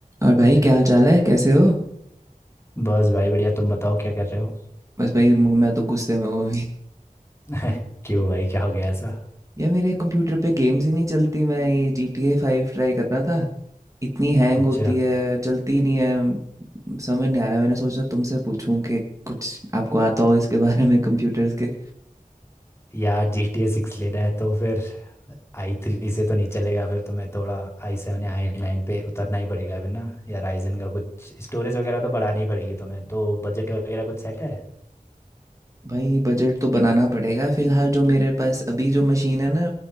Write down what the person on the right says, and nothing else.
और भाई क्या हाल चाल है कैसे हो
बस भाई मु- मैं तो गुस्से में हूँ अभी
<laughs> यार मेरे कंप्यूटर पे गेम्स ही नहीं चलती मैं ये जी टी ए फाइव ट्राई कर रहा था इतनी हैंग
होती है चलती ही नहीं है म, समझ नहीं आ रहा मैंने सोचा तुमसे पूछूं कि कुछ आपको आता हो इसके बारे में कंप्यूटर्स के
भाई बजट तो बनाना पड़ेगा फिलहाल जो मेरे पास अभी जो मशीन है ना